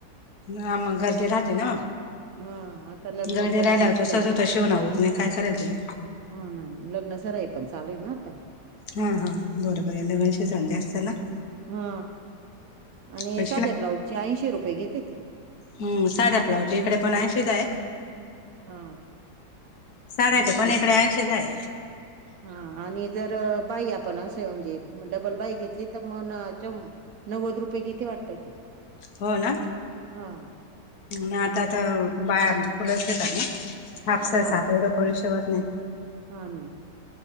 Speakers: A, on the left; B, on the right.
A: हां मग गर्दी राहते ना?
B: हा आता लग्न
A: गर्दी
B: पण
A: राहिला होत
B: सराई
A: सहज होत शिवण होत नाही काय करेल ती
B: हो ना लग्नसराई पण चालू आहे ना.
A: हां हां बरोबर आहे दरवर्षी धंदा असता ना
B: हा आणि
A: पण
B: साध्या ब्लाऊजची ऐंशी रुपये घेते ती
A: हम् साध्या ब्लाऊज ची इकडे पण ऐंशीच आहे.
B: हा
A: साड्याच्या
B: ऐंशी
A: पण
B: रुपये
A: इकडे
B: घेते
A: ऐंशीच आहे
B: हां आणि जर बाही आपण असे म्हणजे डबल बाही घेतली तर म नव्वद रुपये घेते वाटतं ती
A: हो ना?
B: हां
A: ना आता त बाया फुलंच घेतात ना. हाफ
B: हा
A: सहसा आता इथं कोणी शिवत नाही.
B: हा ना